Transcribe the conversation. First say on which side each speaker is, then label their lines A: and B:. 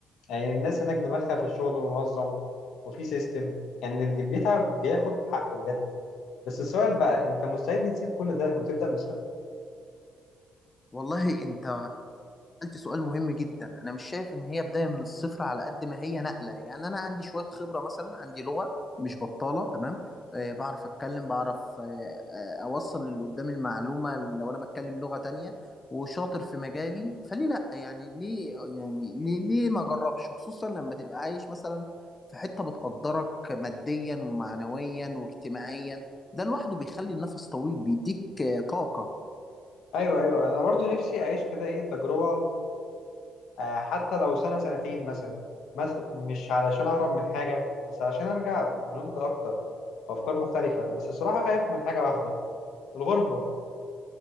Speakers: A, on the left; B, on the left.
A: يعني الناس هناك دماغها في الشغل منظم وفي سيستم يعني اللي بيتعب بياخد حقه بجد بس السؤال بقى انت مستعد تسيب كل ده وتبدأ من الصفر؟
B: والله انت سألت سؤال مهم جدا أنا مش شايف إن هي بداية من الصفر على قد ما هي نقلة يعني أنا عندي شوية خبرة مثلا عندي لغة مش بطالة تمام آه بعرف أتكلم بعرف آه آه أوصل للي قدامي المعلومة لو أنا بتكلم لغة تانية وشاطر في مجالي فليه لأ يعني ليه يعني ليه ليه ما أجربش خصوصا لما تبقى عايش مثلا في حتة بتقدرك ماديا ومعنويا واجتماعيا ده لوحده بيخلي النفس طويل بيديك آه، طاقة
A: ايوه ايوه انا برضو نفسي اعيش كده ايه تجربة آه، حتى لو سنة سنتين مثلا بس مش علشان اهرب من حاجة بس علشان ارجع بنضج اكتر وافكار مختلفة بس الصراحة خايف من حاجة واحدة الغربة